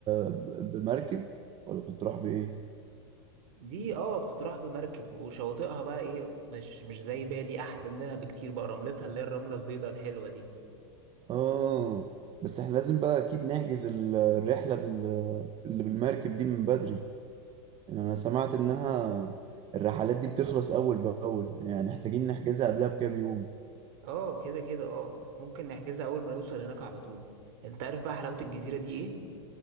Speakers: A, on the right; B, on the right.
A: ب- بمركب ولا بتتراح بإيه؟
B: دي اه بتتراح بمركب وشواطئها بقى ايه مش مش زي بالي احسن منها بكتير بقى رملتها اللي هي الرملة البيضاء الحلوة دي
A: اه بس احنا لازم بقى اكيد نحجز ال- الرحلة بال... اللي بالمركب دي من بدري يعني انا سمعت انها الرحلات دي بتخلص اول باول يعني محتاجين نحجزها قبلها بكام يوم
B: اه كده كده اه ممكن نحجزها اول ما نوصل هناك على طول انت عارف بقى حلاوة الجزيرة دي ايه